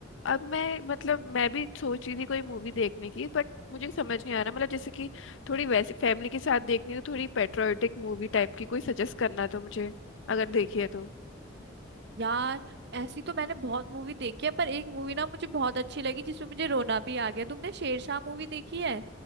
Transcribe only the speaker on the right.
यार ऐसी तो मैंने बहुत मूवी देखी है पर एक मूवी ना मुझे बहुत अच्छी लगी जिसमें मुझे रोना भी आ गया तुमने शेरशाह मूवी देखी है